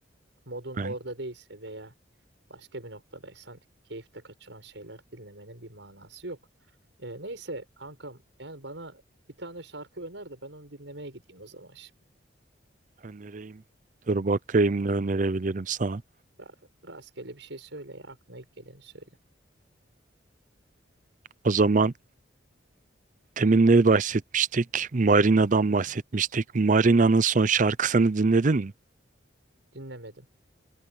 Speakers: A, on the right (about 75°); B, on the right (about 40°).
A: modun
B: Ben
A: orada değilse veya başka bir noktadaysan keyif de kaçıran şeyler dinlemenin bir manası yok. Ee, neyse kankam yani bana bir tane şarkı öner de ben onu dinlemeye gideyim o zaman şimdi.
B: önereyim. Dur bakayım ne önerebilirim sana.
A: Ya, Rastgele bir şey söyle ya aklına ilk geleni söyle.
B: O zaman demin ne bahsetmiştik? Marina'dan
A: Hı hı.
B: bahsetmiştik. Marina'nın son şarkısını dinledin mi?
A: Dinlemedim.